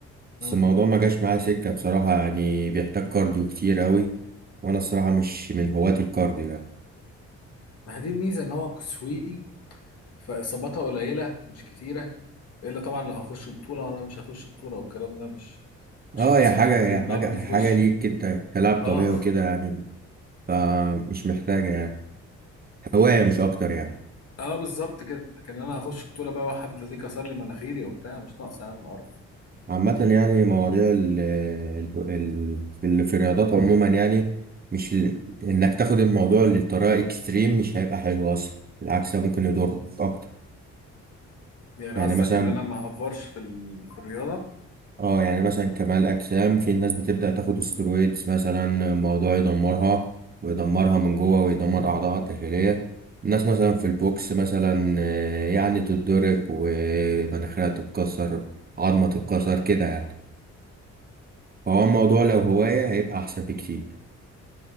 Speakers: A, on the left (about 55°); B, on the right (about 30°).
A: آه.
B: بس الموضوع ما جاش معايا سكة بصراحة يعني بيحتاج كارديو كتير قوي وانا الصراحة مش من هواة الكارديو يعني
A: ما هي دي الميزه ان هو سويدي فاصاباتها قليله مش كتيره الا طبعا لو هخش بطوله وانا مش هخش بطوله والكلام ده مش مش
B: اه
A: ناقص
B: هي
A: حد
B: حاجة هي
A: يضربني
B: حاجة
A: في
B: حاجة
A: وشي
B: ليك انت كلاعب
A: اه
B: طبيعي وكده يعني فمش محتاجة يعني هواية مش اكتر يعني
A: اه بالظبط كده لكن انا هخش بطوله بقى وحد ليه كسر لي مناخيري وبتاع مش ناقص يا عم قرف
B: عامة يعني مواضيع ال ال ال في ال- في الرياضات عموما يعني مش ال- انك تاخد الموضوع للطريقة اكستريم مش هيبقى حلو اصلا بالعكس ده ممكن يضرك اكتر
A: يعني
B: يعني
A: قصدك
B: مثلا
A: ان انا ما افورش في ال... في الرياضه
B: اه يعني مثلا كمال اجسام في ناس بتبدأ تاخد استرويدز مثلا الموضوع يدمرها ويدمرها من جوه ويدمر اعضائها الداخلية الناس مثلا في البوكس مثلا آه، يعني تتضرب ومناخيرها تتكسر عظمة تتكسر كده يعني فهو الموضوع لو هواية هيبقى أحسن بكتير